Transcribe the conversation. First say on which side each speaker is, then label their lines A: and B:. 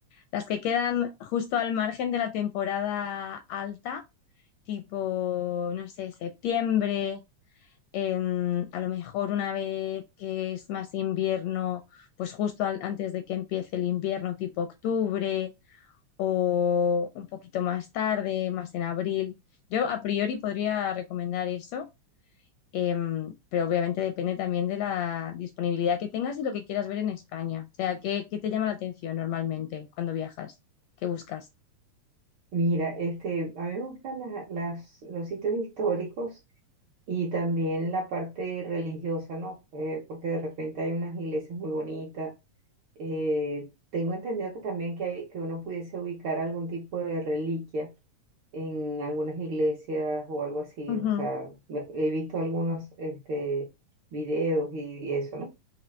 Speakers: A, on the left; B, on the right.
A: las que quedan justo al margen de la temporada alta, tipo, no sé, septiembre, em, a lo mejor una vez que es más invierno, pues justo al- antes de que empiece el invierno, tipo octubre, o un poquito más tarde, más en abril. Yo a priori podría recomendar eso, em, pero obviamente depende también de la disponibilidad que tengas y lo que quieras ver en España. O sea, ¿qué, qué te llama la atención normalmente cuando viajas? ¿Qué buscas?
B: Mira, este, a mí me gustan la- las, los sitios históricos Y también la parte religiosa, ¿no? Eh, porque de repente hay unas iglesias muy bonitas. Eh, tengo entendido que también que hay, que uno pudiese ubicar algún tipo de reliquia en algunas iglesias o algo así.
A: Ujú,
B: O sea, me- he visto algunos este, videos y, y eso, ¿no?